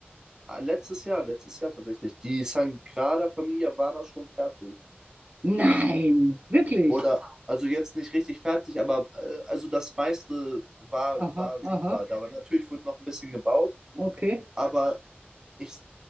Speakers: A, on the right (about 15°); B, on the right (about 45°).
A: Ah, Letztes Jahr, letztes Jahr tatsächlich. Die Sagrada Familia war da schon fertig.
B: Nein, wirklich.
A: Oder, also jetzt nicht richtig fertig, aber äh, also das meiste war,
B: Aha,
A: war sichtbar.
B: aha,
A: Da war natürlich wurde noch ein bisschen gebaut,
B: okay,
A: aber ich,